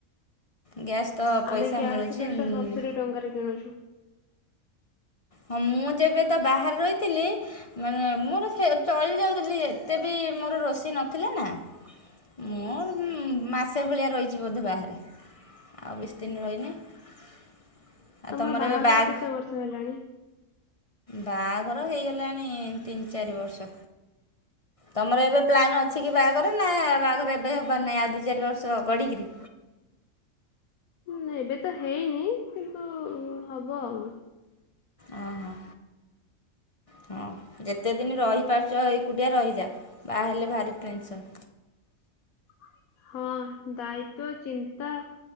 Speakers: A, on the left; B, on the left.
A: ଗ୍ୟାସ୍ ତ ପଇସା
B: ଆମେ ଗ୍ୟାସ୍
A: ମିଳୁଛି
B: ଦୁଇଶହ ସତୁୁରୀ ଟଙ୍କାରେ କିଣୁଛୁ।
A: ହଁ ମୁଁ ଯେବେ ତ ବାହାରେ ରହିଥିଲି- ମାନେ ମୋର ଚଳି ଯାଉଥିଲି ଏତେ ବି ମୋର ରୋଷେଇ ନଥିଲା ନା। ମୋର ମାସେ ଭଳିଆ ରହିଛି ବୋଧେ ବାହାରେ ଆଉ ବେଶି ଦିନ ରହିନି। <inaudible>
B: ତମର ବାହାଘର
A: ଏବେ ବାହାଘ
B: କେତେ ବର୍ଷ ହେଲାଣି?
A: ବାହାଘର ହେଇଗଲାଣି ତିନି ଚାରି ବର୍ଷ ତମର ଏବେ ପ୍ଲାନ୍ ଅଛି କି ବାହା ଘରନା ବାହାଘର ଏବେ ହେବାର ନାହିଁ ଆଉ ଦୁଇ ଚାରି ବର୍ଷ ଗଡ଼ିକରି।
B: ହୁଁ ଏବେ ତ ହେଇନି କିନ୍ତୁ ହବ ଆଉ।
A: ଓହୋ ହଁ ଯେତେ ଦିନ ରହିପାରୁଛ ଏକୁଟିଆ ରହିଯାଅ। ବାହା ହେଲେ ଭାରି ଟେନ୍ସନ୍।
B: <inaudible> ହଁ ଦାୟିତ୍ୱ ଚିନ୍ତା।